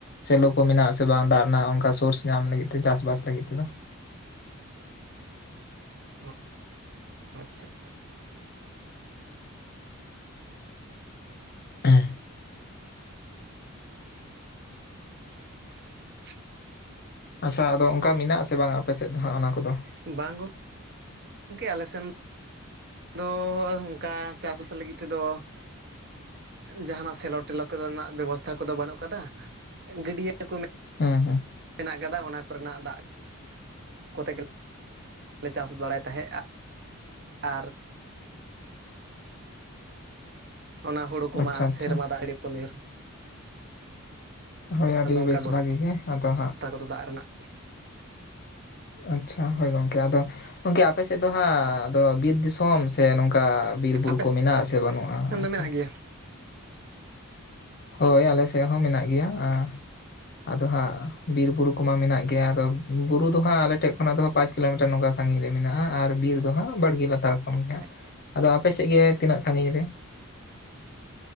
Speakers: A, on the left; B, on the right.
A: ᱥᱮᱞᱚ ᱠᱚ ᱢᱮᱱᱟᱜ ᱥᱮ ᱵᱟᱝ ᱫᱟᱜ ᱨᱮᱱᱟᱜ ᱚᱝᱠᱟ ᱥᱳᱨᱥ ᱧᱟᱢ ᱞᱟᱹᱜᱤᱫ ᱛᱮ ᱪᱟᱥ ᱵᱟᱥ ᱞᱟᱹᱜᱤᱫ ᱛᱮᱫᱚ
B: ᱦᱩᱸ, ᱟᱪᱪᱷᱟ ᱟᱪᱪᱷᱟ
A: ᱦᱩᱸ
B: <unintelligible>
A: ᱟᱪᱷᱟ ᱟᱫᱚ ᱚᱱᱠᱟ ᱢᱮᱱᱟᱜᱼᱟᱥᱮ ᱵᱟᱝ ᱟᱯᱮ ᱥᱮᱫ ᱫᱚ ᱦᱟᱸᱜ ᱚᱱᱟ ᱠᱚᱫᱚ?
B: ᱵᱟᱝ ᱜᱚᱝ ᱟᱞᱮ ᱥᱮᱱ ᱫᱚ ᱚᱱᱠᱟ ᱪᱟᱥᱵᱟᱥ ᱞᱟᱹᱜᱤᱫ ᱛᱮᱫᱚ ᱡᱟᱦᱟᱸᱱᱟᱜ ᱥᱮᱞᱚ ᱴᱮᱞᱚ ᱠᱚᱱᱟᱜ ᱵᱮᱵᱚᱥᱛᱷᱟ ᱠᱚᱫᱚ ᱵᱟᱹᱱᱩᱜ ᱠᱟᱫᱟ ᱜᱟᱹᱰᱭᱟᱹ ᱠᱚ
A: ᱦᱩᱸ ᱦᱩᱸ
B: ᱢᱮᱱᱟᱜ ᱠᱟᱫᱟ ᱚᱱᱟ ᱠᱚᱨᱮᱱᱟᱜ ᱫᱟᱜ ᱠᱚᱛᱮ ᱜᱮ ᱞᱮ ᱪᱟᱥ ᱵᱟᱲᱟᱭ ᱛᱟᱦᱮᱸᱜᱼᱟ ᱟᱨ ᱚᱱᱟ ᱦᱳᱲᱚ ᱠᱚᱢᱟ
A: ᱟᱪᱪᱷᱟ ᱟᱪᱪᱷᱟ
B: ᱥᱮᱨᱢᱟ ᱫᱟᱜᱲᱤ ᱯᱩᱱᱤᱨ
A: ᱦᱳᱭ ᱟᱹᱰᱤ
B: ᱚᱱᱠᱟ
A: ᱵᱮᱥ
B: ᱵᱮᱵᱚᱥᱛᱷᱟ
A: ᱵᱷᱟᱜᱤ ᱜᱮ ᱟᱫᱚ ᱦᱟᱸᱜ
B: ᱠᱚᱫᱚ ᱫᱟᱜ ᱨᱮᱱᱟᱜ
A: ᱟᱪᱷᱟ ᱦᱳᱭ ᱜᱚᱝᱠᱮ ᱟᱫᱚ ᱜᱚᱢᱠᱮ ᱟᱯᱮ ᱥᱮᱫ ᱫᱚ ᱦᱟᱸᱜ ᱟᱫᱚ ᱵᱤᱨ ᱫᱤᱥᱚᱢ ᱥᱮ ᱱᱚᱝᱠᱟ ᱵᱤᱨᱵᱩᱨᱩ
B: ᱟᱯᱮ
A: ᱠᱚ ᱢᱮᱱᱟᱜᱼᱟ ᱥᱮ ᱵᱟᱹᱱᱩᱜᱼᱟ
B: ᱥᱮᱱ
A: ᱟᱨᱠᱤ?
B: ᱫᱚ ᱢᱮᱱᱟᱜ ᱜᱮᱭᱟ
A: ᱦᱳᱭ ᱟᱞᱮ ᱥᱮᱫ ᱦᱚᱸ ᱢᱮᱱᱟᱜ ᱜᱮᱭᱟ ᱟᱸ ᱟᱫᱚ ᱦᱟᱸᱜ ᱵᱤᱨ ᱵᱩᱨᱩ ᱠᱚᱢᱟ ᱢᱮᱱᱟᱜ ᱜᱮᱭᱟ ᱟᱫᱚ ᱵᱩᱨᱩ ᱫᱚ ᱦᱟᱸᱜ ᱟᱞᱮᱮᱴᱷᱮᱡ ᱠᱷᱚᱱᱟᱜ ᱫᱚ ᱦᱟᱸ ᱯᱟᱸᱪ ᱠᱤᱞᱳᱢᱤᱴᱟᱨ ᱱᱚᱝᱠᱟ ᱥᱟᱺᱜᱤᱧ ᱨᱮ ᱢᱮᱱᱟᱜᱼᱟ ᱟᱨ ᱵᱤᱨ ᱫᱚ ᱦᱟᱸᱜ ᱵᱟᱲᱜᱮ ᱞᱟᱛᱟᱲ ᱠᱷᱚᱱ ᱜᱮ ᱦᱟᱸᱜ
B: ᱟᱪᱪᱷᱟ
A: ᱟᱫᱚ ᱟᱯᱮ ᱥᱮᱫ ᱜᱮ ᱛᱤᱱᱟᱹᱜ ᱥᱟᱺᱜᱤᱧ ᱨᱮ?